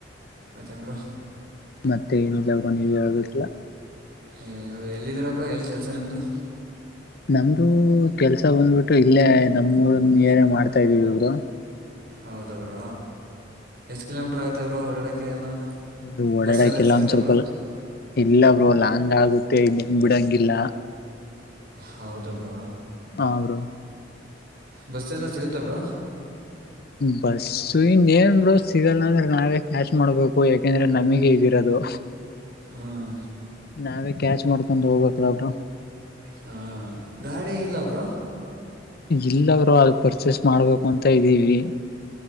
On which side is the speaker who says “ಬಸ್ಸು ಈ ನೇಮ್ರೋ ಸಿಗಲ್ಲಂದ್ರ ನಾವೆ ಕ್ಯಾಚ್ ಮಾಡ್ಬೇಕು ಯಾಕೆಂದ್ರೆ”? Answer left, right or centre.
Left